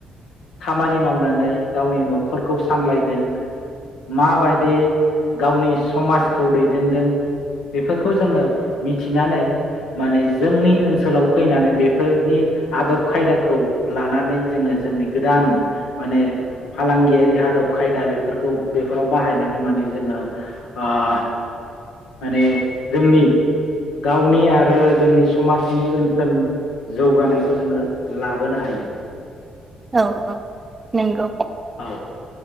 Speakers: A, on the left; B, on the right.
A: खामानि मावनानै गावनि न'खरखौ सामलायदों माबायदि गावनि समाजखौ दैदेनदों बेफोरखौ जोङो मिथिनानै माने जोंनि ओनसोलाव फैनानै बेफोरनि आदब खायदाखौ लानानै जोङो जोंनि गोदान माने फालांगियारि आदब खायदा बेफोरखौ बेफोराव बाहायनानै माने जोङो ओ माने जोंनि गावनि आरो जोंनि समाजनि ओनसोलनि जौगानायखौ जोङो लाबोनो हायो।
B: औ औ नोंगौ।
A: औ